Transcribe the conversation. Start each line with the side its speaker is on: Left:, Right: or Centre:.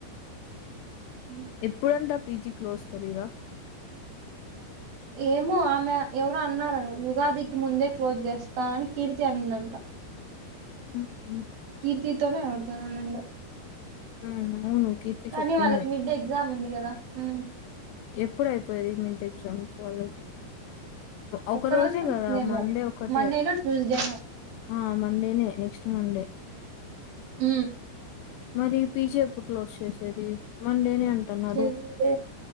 Right: హ్మ్.
Left: ఎప్పుడంటా పిజి క్లోస్ తెలిద
Right: ఏమో ఆమె ఎవరో అన్నారు ఉగాదికి ముందే క్లోజ్ చేస్తానని కీర్తి అనిందంట
Left: ఉహు
Right: కీర్తితోనే ఎవరితోనో అనిందో
Left: ఉ అవును కీర్తి
Right: కానీ
Left: చెప్పింది
Right: వాళ్ళకి మిడ్ ఎగ్జామ్ ఉంది కదా ఉ
Left: ఎప్పుడు అయిపోయేది మిడ్ ఎగ్జామ్స్ వాళ్ళకి ఒక
Right: ఒక్క
Left: రోజే
Right: రోజు ఉంటుందేమో
Left: కదా మండే ఒకటే
Right: మండేనో ట్యూస్డేనో
Left: ఆ మండేనే నెక్స్ట్ మండే
Right: ఉ
Left: మరి పీజీ ఎప్పుడు క్లోజ్ చేసేది మండేనే అంటున్నారు
Right: తెలీదే